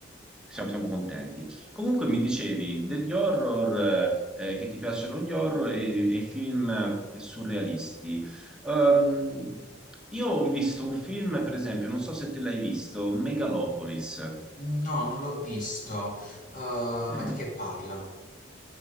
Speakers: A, in the centre; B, on the left.
A: siamo, siamo contenti. Comunque mi dicevi degli horror, eh, che ti piacciono gli horror e, e i film eh, surrealisti. Ehm, io ho visto un film, per esempio, non so se te l'hai visto, Megalopolis.
B: No, non l'ho visto. Eh, ma
A: Mm.
B: di che parla?